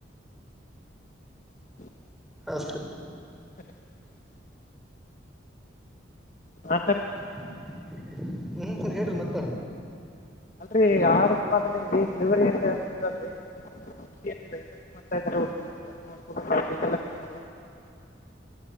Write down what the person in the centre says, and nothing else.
ಅಷ್ಟೇ
<unintelligible> ಹ್ಮ ಸರ್ ಹೇಳ್ರರಿ ಮತ್ತ